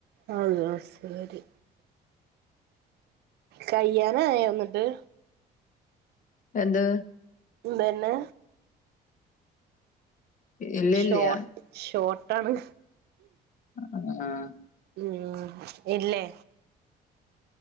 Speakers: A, on the right (about 75°); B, on the left (about 50°).
A: അഹ് ശെരി കയ്യാനയോ ന്നട്ട്.
B: എന്ത്
A: ഇതെന്നെ
B: ഇല്ലില്ല്യ
A: ഷോട്ട് ഷോട്ടാണ്.
B: ആഹ്
A: ഉം ഇല്ലേ